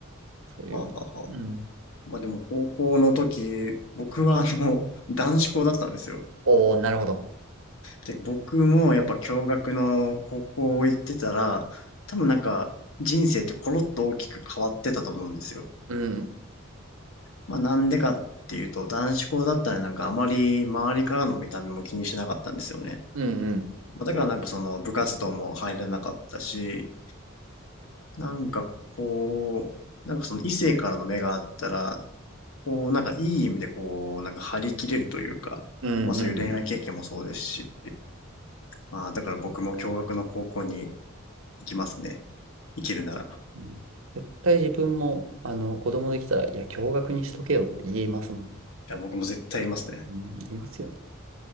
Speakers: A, on the right; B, on the left.
A: そういう。
B: はあはあはあ
A: うん。
B: まあでも高校の時、僕はあの、<laughs> 男子校だったんですよ。
A: おー、なるほど。
B: で、僕もやっぱ共学の高校行ってたら、多分なんか人生ってコロッと大きく変わってたと思うんですよ。
A: うん、
B: まあなんでかっていうと、男子校だったらなんかあまり周りからの見た目も気にしなかったんですよね。
A: うん、うん、
B: まあだからなんかその部活動も入れなかったし、なんかこう、なんかその異性からの目があったら、こう、なんかいい意味でこう、なんか張り切れるというか、
A: うん、
B: まあそういう恋愛経験もそうですし、
A: うん。
B: まあだから僕も共学の高校に行きますね。行けるなら。
A: うん絶対自分も、あの、子供できたら、いや、共学にしとけよって言いますもん。
B: いや、僕も絶対いますね。
A: うん、言いますよね。